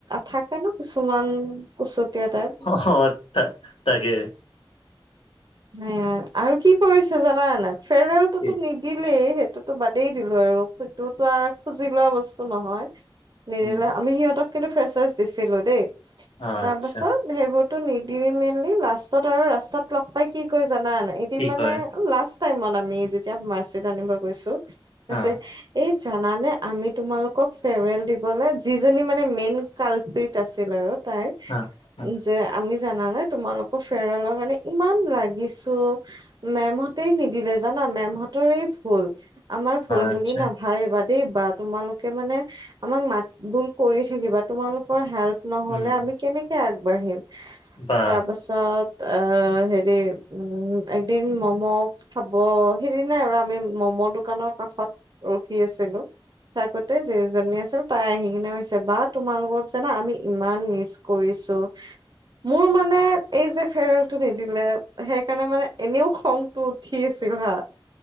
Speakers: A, on the right; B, on the left.
A: থাকে ন কিছুমান কুচুতীয়া টাইপ।
B: হঁ তা তাকে।
A: সেয়াই আৰু কি কৰিছে জানা নাই? ফেৰৱেলততো
B: কি
A: নি দিলেই, সেইটোতো বাদেই দিলো আৰু সেইটোতো আৰু খুজি লোৱা বস্তু নহয়। নিদিলে
B: উম,
A: আমি সিহঁতক কিন্তু ফ্ৰেচাছ দিছিলো দেই।
B: আচ্ছা
A: তাৰ পাছত সেইবোৰতো নিদি মেলি লাষ্টত আৰু ৰাস্তাত লগ পাই কি ক জানা নাই? এটি
B: কি
A: মানে
B: কয়
A: লাষ্ট টাইমত আমি যেতিয়া মা'ৰ্চিত আনিব গৈছো। হৈছে
B: অ'
A: এই জানানে আমি তোমালোকক ফেৰৱেল দিবলৈ যিজনী মানে মেইন কাল্পট আছিল আৰু তাই
B: অ' অ'
A: যে, আমি জানানে তোমালোকৰ ফেৰৱেলৰ কাৰণে ইমান লাগিছোঁ, মেমহঁতেই নিদিলে জানা মেমহতৰে ভুল। আমাৰ ফুল
B: আচ্ছা
A: বুলি না ভাইবা দেই বা। তোমালোকে মানে আমাক মাত-বোল কৰি থাকিবা, তোমালোকৰ হেল্প নহ'লে
B: উম,
A: আমি কেনেকে আগবাঢ়িম,
B: বা
A: তাৰ পাছত অ হেৰি উ এদিন মম' খাব সেইদিনাই আৰু আমি মম' দোকানৰ কাষত ৰখি আছিলোঁ। থাকোতে যিজনী আছিল তাই আহি কিনে কৈছে বা তোমালোকক জানা আমি ইমান মিচ কৰিছোঁ। মোৰ মানে এই যে ফেৰেল টো নিদিলে, সেইকাৰণে মানে এনেও খং টো উঠি আছিল হা,